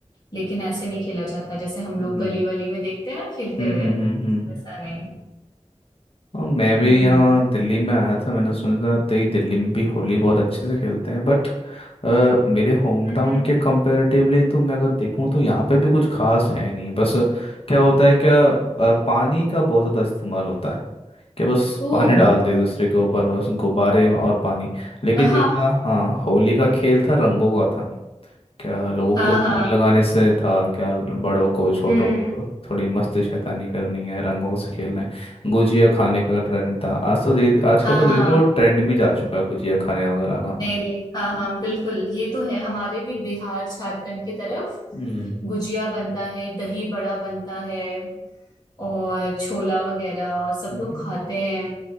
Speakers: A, on the left; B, on the left.
A: लेकिन ऐसे नहीं खेला जाता जैसे हम
B: हम्म
A: लोग गली वली में देखते हैं ना खेलते
B: हम्म
A: हुए
B: हम्म
A: वैसा
B: हम्म, हम्म।
A: नहीं
B: और मैं भी
A: हम्म
B: यहाँ दिल्ली में आया था मैंने सुना था तो ये दिल्ली में भी होली बहुत अच्छे से खेलते हैं बट मेरे होम
A: हम्म
B: टाउन के कंपैरेटिवली तो मैं अगर देखूँ तो यहाँ पे भी कुछ खास है नहीं बस क्या होता है क्या अ, पानी का बहुत ज़्यादा इस्तेमाल होता है कि बस
A: ओ
B: पानी डाल दे एक दूसरे के ऊपर बस गुब्बारे और पानी लेकिन जितना
A: हाँ
B: हाँ होली का खेल था रंगों का था क्या लोगों
A: हाँ
B: को
A: हाँ
B: रंग लगाने से था क्या बड़ों को छोटों
A: हम्म
B: को थोड़ी मस्ती शैतानी करनी है रंगों से खेलना है गुजिया खाने का ट्रेंड था आज तो धीरे आजकल
A: हाँ
B: तो
A: हाँ
B: धीरे धीरे वो ट्रेंड भी जा चुका है गुजिया खाने वगैरह का
A: नहीं नहीं हाँ हाँ बिल्कुल ये तो है हमारे भी बिहार झारखंड की तरफ
B: हम्म
A: गुजिया बनता है दही बड़ा बनता है और छोला वगैरह और सब
B: हम्म,
A: लोग खाते हैं